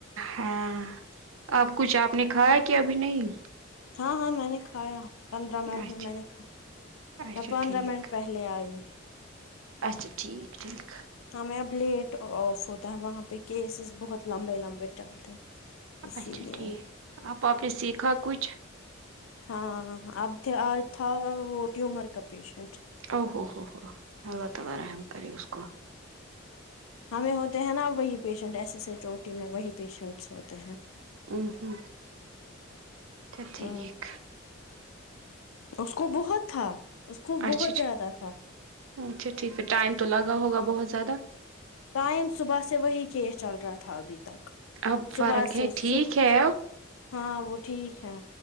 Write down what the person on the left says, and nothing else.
ہاں ہاں میں نے کھایا پندرہ منٹ
میں میں نے کھا
میں پندرہ
منٹ پہلے لے آئی
ہمیں اب لیٹ آف ہوتا ہے وہاں پہ کیسیئس بہت لمبے لمبے چلتے اسی
لیے
ہاں اب تھا وہ ٹیومر کا پیشنٹ
ہمیں ہوتے ہیں نا وہی پیشن ایسے سےے چوٹی میں وہی پیشنٹس ہوتے ہیں
ہ اس کو بہت تھا اس کو
بہت زیادہ تھا
ٹائم صبح سے وہی کیس چل رہا تھا ابھی تک
صبح
سے
سو
ہاں وہ ٹھیک ہے